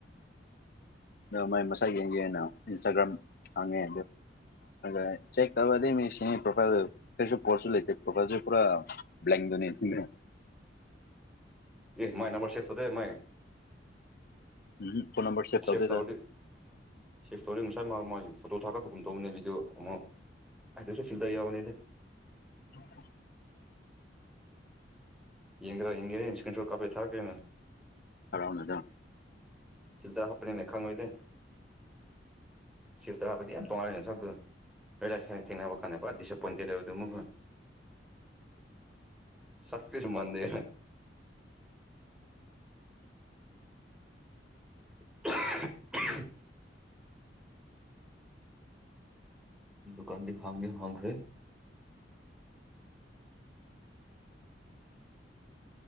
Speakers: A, on the left; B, in the centre.
A: ꯑ ꯃꯥꯏ ꯃꯁꯥ ꯌꯦꯡꯒꯦꯅ ꯏꯟꯁꯇꯥꯒ꯭ꯔꯥꯝ ꯍꯥꯡꯉꯦ ꯑ ꯆꯦꯛ ꯇꯗ ꯃꯤ ꯄꯣꯐꯥꯏꯜꯁꯨ ꯄꯣꯁ ꯂꯩ ꯄꯣꯐꯜ ꯄ ꯄꯨ꯭ꯂ ꯅ
B: ꯏ ꯃꯥꯏ ꯅꯝꯕꯝꯕꯔ ꯁꯦꯠ ꯊꯗ my
A: um phone number save ꯇꯧꯗꯦꯗ
B: ꯁꯤꯐ ꯇꯧꯗꯦ ꯁꯤꯐ ꯇꯧꯗꯦ ꯉ꯭ꯔ ꯃ ꯐꯣꯇꯣ ꯊꯥꯛꯀꯄꯒꯨꯝ ꯇꯧꯅꯦ ꯕꯤꯗꯤꯑꯣ ꯑꯃ ꯍꯥꯏꯗꯁꯨ ꯐꯤꯜꯗ ꯌꯥꯎꯕꯅꯦꯗꯤ
A: ꯎꯝ
B: ꯌꯦꯡ꯭ꯔ ꯍꯦ ꯏ ꯁꯀꯟꯁꯨꯣ ꯀꯥꯄꯤꯦ ꯊꯔꯛꯦ
A: ꯑꯔꯥꯎꯅꯗ
B: ꯁꯤꯗꯔ ꯍꯥꯞꯅꯤ ꯂꯈꯥꯡꯒ ꯏꯗ ꯁꯤꯗ ꯍꯥꯄꯗꯤ ꯌꯥꯝ ꯇꯣꯉꯔ ꯁꯗ ꯊꯦꯡꯅꯕ ꯀꯥꯟꯅꯦ ꯄꯁ ꯄꯟꯇꯗꯗ ꯃꯨꯒ ꯁꯕ ꯀꯁꯨ ꯃꯗꯦ <inaudible> ꯗꯨꯀꯥꯟꯗꯤ ꯐꯪꯉꯅꯤ ꯐꯪꯈ꯭ꯔꯦ